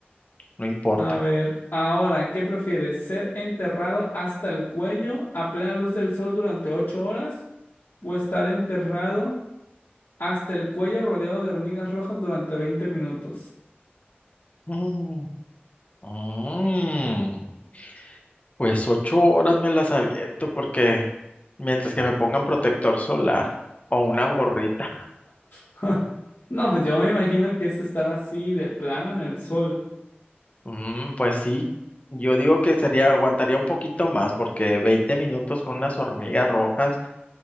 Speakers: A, on the left; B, on the left.
A: no importa.
B: A ver, ahora, ¿qué prefieres? ¿Ser enterrado hasta el cuello a plena luz del sol durante ocho horas? ¿O estar enterrado? hasta el cuello rodeado de hormigas rojas durante veinte minutos.
A: Mm, mm, Pues ocho horas me las aviento porque mientras que me pongan protector solar o una gorrita,
B: <laughs> No, pues yo me imagino que es estar así de plano en el sol. <laughs>
A: Mm, pues sí, yo digo que sería, aguantaría un poquito más porque 20 minutos con unas hormigas rojas